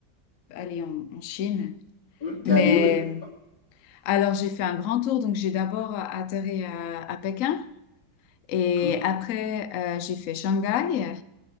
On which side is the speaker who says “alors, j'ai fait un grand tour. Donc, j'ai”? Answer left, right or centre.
Left